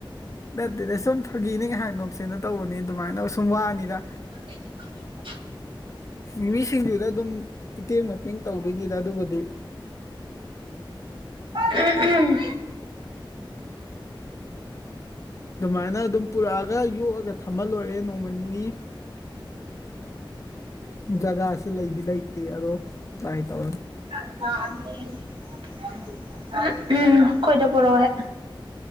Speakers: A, on the left; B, on the right.
A: ꯅꯠꯇꯦꯅꯦ ꯁꯨꯝ ꯐꯥꯒꯤꯅꯤ ꯉꯥꯏꯍꯥꯛ ꯅꯣꯛꯁꯦꯅ ꯇꯧꯕꯅꯤ ꯑꯗꯨꯃꯥꯏꯅ ꯁꯨꯝ ꯋꯥꯅꯤꯗ
B: <inaudible>
A: ꯃꯤꯑꯣꯏꯁꯤꯡꯖꯨꯗ ꯑꯗꯨꯝ ꯏꯇꯦꯡ ꯃꯇꯦꯡ ꯇꯧꯗꯣꯏꯅꯤꯗ ꯑꯗꯨꯕꯨꯗꯤ
B: ꯎꯝ ꯎꯝ
A: ꯑꯗꯨꯃꯥꯏꯅ ꯑꯗꯨꯝ ꯒ ꯀꯟꯅ ꯈꯌꯥꯝꯅꯥ ꯝ ꯌꯣꯛꯑꯒ ꯊꯝꯍꯜ ꯂꯣꯏꯔꯦ ꯅꯣꯡꯃ ꯅꯤꯅꯤ ꯖꯒꯥꯁꯦ ꯂꯩꯗꯤ ꯂꯩꯇꯦ ꯑꯗꯣ ꯇ꯭ꯔꯥꯏ ꯇꯧꯔꯅꯤ
B: <unintelligible> <inaudible> ꯎꯝ ꯈꯣꯏꯗ ꯄꯨꯔꯛꯑꯣꯍꯦꯛ